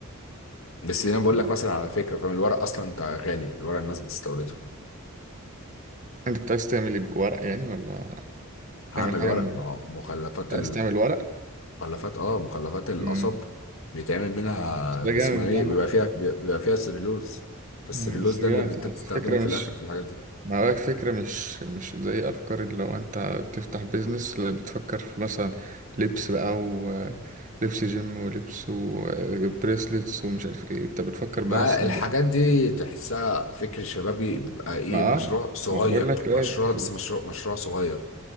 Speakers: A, on the left; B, on the right.
A: بس انا بقول
B: آه.
A: لك مثلا على فكره فاهم الورق اصلا انت غالي الورق الناس بتستورده
B: انت كنت عايز تعمل ايه بورق يعني ولا
A: هعمل
B: تعمل حاجة
A: ورق
B: من الورق؟
A: ما هو مخلفات
B: كنت عايز تعمل ورق؟
A: مخلفات اه مخلفات القصب
B: مم.
A: بيتعمل منها
B: ده
A: اسمه
B: جامد
A: ايه
B: ده عامة
A: بيبقى فيها بيبقى فيها سليلوز فالسليلوز
B: مم، بس
A: ده
B: جامد
A: اللي بت-
B: يعني
A: بتستخدمه
B: الفكرة
A: في
B: مش
A: الاخر في الحاجات دي
B: ما بالك فكرة مش مش زي أفكار اللي لو أنت تفتح بيزنس اللي بتفكر في مثلا لبس بقى ولبس جيم ولبس وبريسلتس ومش عارف ايه أنت بتفكر برا
A: ما
B: الصندوق
A: الحاجات دي تحسها فكر شبابي بيبقى ايه
B: ما
A: مشروع
B: آه،
A: صغير
B: ما بقول لك لا
A: مشروع
B: أنت
A: بس مشروع مشروع صغير